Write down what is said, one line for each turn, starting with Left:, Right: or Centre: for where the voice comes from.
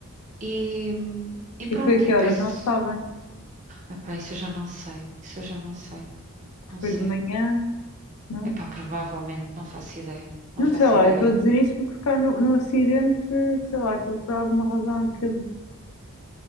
Right: e, e pronto,
Left: E foi a
Right: e
Left: que
Right: depois.
Left: horas? Não sabem?
Right: Epá, isso eu já não sei. Isso eu já não sei.
Left: Que
Right: Não
Left: foi
Right: sei.
Left: de manhã? Não?
Right: Epá, provavelmente, não faço ideia. Não
Left: Não
Right: faço
Left: sei lá,
Right: ideia.
Left: eu estou a dizer isso porque se calhar no, no acidente, sei lá, aquilo por alguma razão que eu-